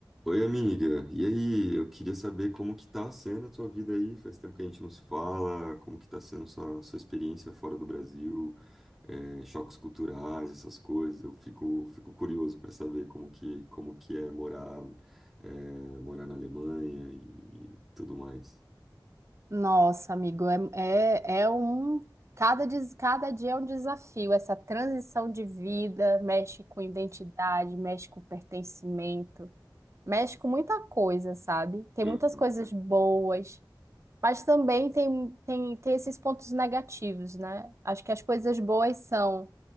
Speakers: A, in the centre; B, on the right.
A: Oi, amiga. E aí, eu queria saber como que tá sendo a tua vida aí. Faz tempo que a gente não se fala. Como que tá sendo sua, sua experiência fora do Brasil? É, choques culturais, essas coisas. Eu fico, fico curioso para saber como que, como que é morar, é, morar na Alemanha e tudo mais.
B: Nossa, amigo, é, é, é um. Cada, des- cada dia é um desafio. Essa transição de vida mexe com identidade, mexe com pertencimento, mexe com muita coisa, sabe? Tem
A: Uhum,
B: muitas coisas boas, mas também tem, tem, tem esses pontos negativos, né? Acho que as coisas boas são